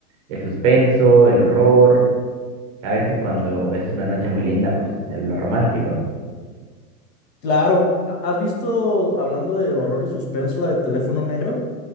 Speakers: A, on the right; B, on the left.
A: el suspenso, el horror. A veces cuando
B: No.
A: es una noche muy linda, pues lo romántico, ¿no?
B: Claro, ¿ha- ¿has visto, hablando de horror y suspenso, la del teléfono negro?